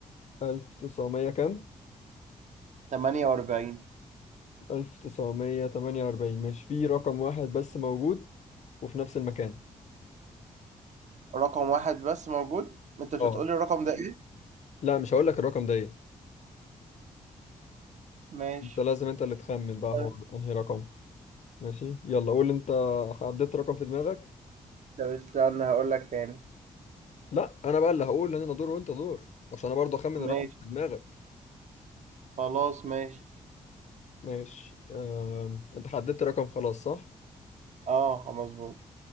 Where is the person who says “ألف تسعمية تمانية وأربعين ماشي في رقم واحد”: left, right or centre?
Left